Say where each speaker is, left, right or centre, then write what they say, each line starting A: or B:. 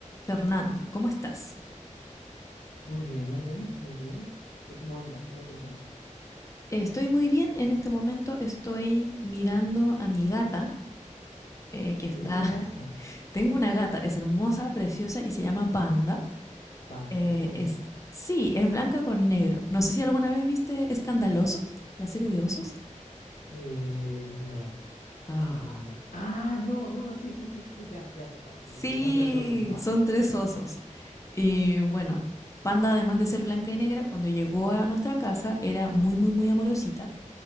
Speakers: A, on the left (about 25°); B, on the left (about 75°).
A: Fernando, ¿cómo estás?
B: Muy bien, Mailén, muy bien. ¿Tú cómo andas? ¿Cómo te encuentras?
A: Eh, Estoy muy bien en este momento, estoy mirando a mi gata, eh, que está,
B: ¿Tienes una
A: <laughs>
B: gata?
A: tengo una gata, es hermosa, preciosa y se llama Panda.
B: Panda,
A: Eh,
B: qué buen
A: es,
B: nombre.
A: sí, es blanca con negro. No sé si alguna vez viste Escandalosos, la serie de osos.
B: Eh, no,
A: Ah,
B: no, no, no. Ah, no, no, sí, sí, sí, sí, sí, ya, ya sé cuál. Sí,
A: sí,
B: sí, sí, son tres osos, ¿no?
A: son tres osos. Y bueno, Panda, además de ser blanca y negra, cuando llegó a nuestra casa era muy, muy, muy amorosita